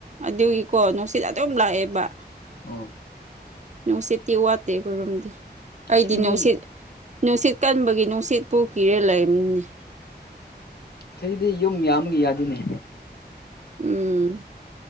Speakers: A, on the right (about 45°); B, on the left (about 65°).
A: ꯑꯗꯨꯒꯤꯀꯣ ꯅꯨꯡꯁꯤꯠ ꯑꯗꯨꯝ ꯂꯥꯛꯑꯦꯕ
B: ꯑꯥ
A: ꯅꯨꯡꯁꯤꯠꯇꯤ ꯋꯥꯠꯇꯦ ꯈꯔꯨꯝꯝꯗꯦ ꯑꯩꯗꯤ
B: ꯁꯤꯗꯤ
A: ꯅꯨꯡꯁꯤꯠ ꯅꯨꯡꯁꯤꯠ ꯀꯟꯕꯒꯤ ꯅꯨꯡꯁꯤꯠꯄꯨ ꯀꯤꯔꯦ ꯂꯩꯔꯝꯅꯦ
B: ꯑꯩꯗꯤ ꯌꯨꯝ ꯌꯥꯝꯒꯤ ꯌꯥꯗꯅꯦ
A: ꯎꯝ